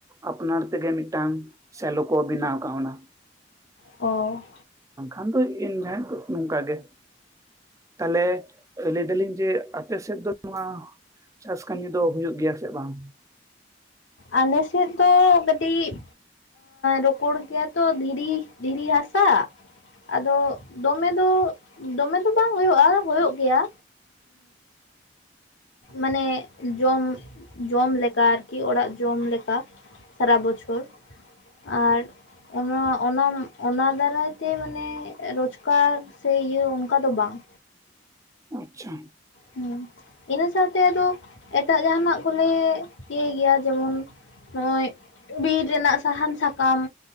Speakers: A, on the right (about 15°); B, on the left (about 80°).
A: ᱟᱯᱱᱟᱨ ᱛᱮᱜᱮ ᱢᱤᱫ ᱴᱟᱝ ᱥᱮᱞᱚ ᱠᱚ ᱵᱮᱱᱟᱣ ᱠᱟᱣᱱᱟ᱾
B: ᱚ
A: ᱟᱢ ᱫᱚ ᱤᱧ ᱡᱟᱦᱟᱸᱭ ᱱᱚᱝᱠᱟ ᱜᱮ᱾ ᱛᱟᱦᱞᱮ ᱞᱟᱹᱭ ᱫᱟᱞᱤᱧ ᱡᱮ ᱟᱯᱮ ᱥᱮᱫ ᱫᱚ ᱱᱚᱣᱟ ᱪᱟᱥ ᱠᱟᱹᱢᱤ ᱫᱚ ᱦᱳᱭᱳᱜ ᱜᱮᱭᱟ ᱥᱮ ᱵᱟᱝ?
B: ᱟᱞᱮ ᱥᱮᱫ ᱫᱚ ᱠᱟᱹᱴᱤᱜ ᱨᱳᱠᱳᱲ ᱜᱮᱭᱟ ᱛᱚ ᱫᱷᱤᱨᱤ ᱫᱷᱤᱨᱤ ᱦᱟᱥᱟ᱾ ᱟᱫᱚ ᱫᱚᱢᱮ ᱫᱚ ᱫᱚᱢᱮ ᱫᱚ ᱵᱟᱝ ᱦᱩᱭᱩᱜᱼᱟ ᱦᱳᱭᱳᱜ ᱜᱮᱭᱟ᱾ ᱢᱟᱱᱮ ᱡᱚᱢ ᱡᱚᱢ ᱞᱮᱠᱟ ᱟᱨᱠᱤ ᱚᱲᱟᱜ ᱡᱚᱢᱮ ᱞᱮᱠᱟ᱾ ᱥᱟᱨᱟ ᱵᱚᱪᱷᱚᱨ ᱟᱨ ᱚᱱᱟ ᱚᱱᱟ ᱚᱱᱟ ᱫᱟᱨᱟᱭ ᱛᱮ ᱢᱟᱱᱮ ᱨᱚᱡᱽᱜᱟᱨ ᱥᱮ ᱤᱭᱟᱹ ᱚᱱᱠᱟ ᱫᱚ ᱵᱟᱝ᱾
A: ᱟᱪᱪᱷᱟ᱾
B: ᱦᱩᱸ ᱤᱱᱟᱹ ᱥᱟᱶᱛᱮ ᱟᱫᱚ ᱮᱴᱟᱜ ᱡᱟᱦᱟᱱᱟᱜ ᱠᱚᱞᱮ ᱤᱭᱟᱹᱭ ᱜᱮᱭᱟ ᱡᱮᱢᱚᱱ ᱱᱚᱜᱼᱚᱭ ᱵᱤᱨ ᱨᱮᱱᱟᱜ ᱥᱟᱦᱟᱱ ᱥᱟᱠᱟᱢ᱾